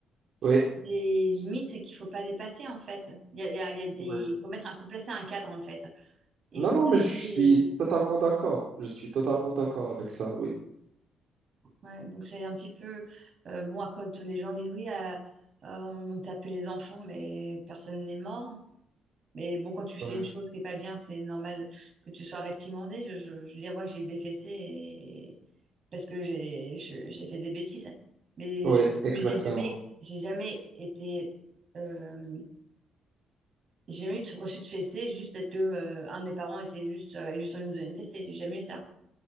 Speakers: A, on the right (about 65°); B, on the right (about 50°).
A: Oui.
B: des limites qu'il faut pas dépasser en fait. Il y a, il y a- il y a des,
A: Oui.
B: il faut mettre, un- faut placer un cadre en fait. Il
A: Non,
B: faut
A: non,
B: pas
A: mais
B: laisser.
A: je suis totalement d'accord. Je suis totalement d'accord avec ça, oui.
B: Ouais, donc c'est un petit peu euh, bon après tous les gens disent oui euh, euh, on tapait les enfants mais personne n'est mort. hein. Mais bon quand tu fais
A: Oui,
B: une chose qui est pas bien c'est normal que tu sois réprimandé. Je, je, je veux dire moi j'ai eu des fessées et- parce que j'ai je- j'ai fait des bêtises. Mais
A: oui,
B: j'ai
A: exactement.
B: mais j'ai jamais j'ai jamais été euh, j'ai jamais eu de reçu de fessée juste parce que euh, un de mes parents était juste avait juste envie de me donner une fessée. J'ai jamais eu ça.